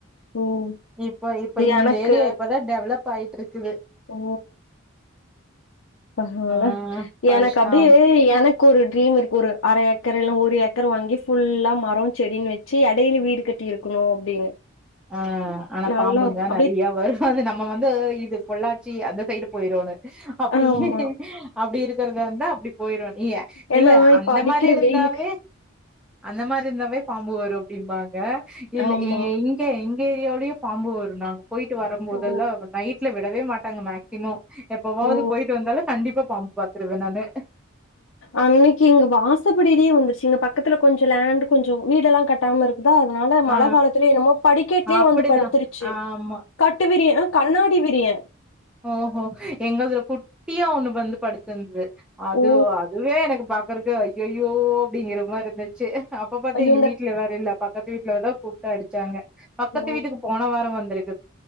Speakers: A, on the left (about 70°); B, in the centre.
A: ம்
B: இப்ப இப்ப இந்த
A: எனக்கு
B: ஏரியா இப்பதா டெவலப் ஆயிட்டு இருக்குது
A: ஓ பரவால
B: ஆ பஷ்
A: எனக்கு அப்டியே
B: ஆம்
A: எனக்கு ஒரு ட்ரீம் இருக்கு ஒரு அர ஏக் ஏக்கர் இல்ல ஒரு ஏக்கர் வாங்கி ஃபுல்லா மரம் செடின்னு வச்சு இடையில வீடு கட்டி இருக்கணு அப்டின்னு
B: ஆ ஆனா
A: நல்லா
B: பாம்புங்களா
A: இருக்கும் அப்டியே
B: நிறைய வரும் அது நம்ம வந்து இது பொள்ளாச்சி அந்த சைடு போயிருனு அப்டி
A: ஆமா
B: அப்டி இருக்குறது வந்தா அப்டி போயிரும் ஏ
A: ஏன்னா
B: இல்ல
A: இப்ப
B: அந்த
A: அடிக்கிற
B: மாரி இருந்தாவே
A: வெயிலுக்கு
B: அந்த மாரி இருந்தாவே பாம்பு வரும் அப்டிம்பாங்க இல்ல
A: ஆமா
B: ஏ எங்க ஏரியாவுலயும் பாம்பு வரும் நாங்க போயிட்டு வரும் போதெல்லாம்
A: ஓ
B: நைட்ல விடவே மாட்டாங்க மேக்சிமம் எப்பவாவது
A: ஓ
B: போயிட்டு வந்தாலும் கண்டிப்பா பாம்பு பாத்துருவேன் நானு
A: அன்னைக்கு இங்க வாசப்படியிட்டே வந்துருச்சு இங்க பக்கத்துல கொஞ்சோ லேண்ட் கொஞ்சம் வீடெல்லாம் கட்டாம இருக் தா அதனால மழ
B: ஆ
A: காலத்திலயோ என்னமோ படிக்கட்டுலயே
B: அப்படிதான்
A: வந்து படுத்துருச்சு
B: ஆமா
A: கட்டுவிரிய அ கண்ணாடிப் விரிய
B: ஓ ஒ எங்களதுல குட்டியா ஒண்ணு வந்து படுத்திருந்தது அது
A: ஓ
B: அதுவே எனக்கு பாக்குறது ஐயைய்யோ அப்டிங்கிற மாதிரி இருந்துச்சு அப்ப பாரத்து
A: ஐயோ
B: எங்க
A: இந்த
B: வீட்டுல வேற இல்ல பக்கத்து வீட்டுல வதா கூப்பிட்டு அடிச்சாங்க பக்கத்து
A: ஓ
B: வீட்டுக்கு போன வாரம் வந்தருக்கு ஆ